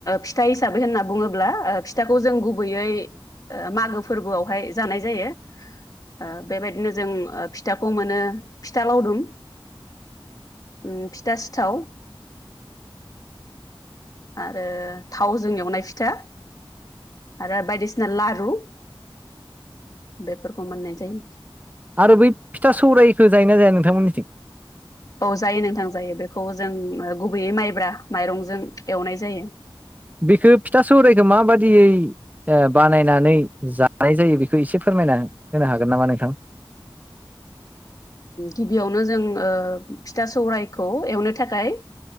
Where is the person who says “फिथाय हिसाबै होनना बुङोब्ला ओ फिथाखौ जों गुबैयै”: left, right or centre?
Left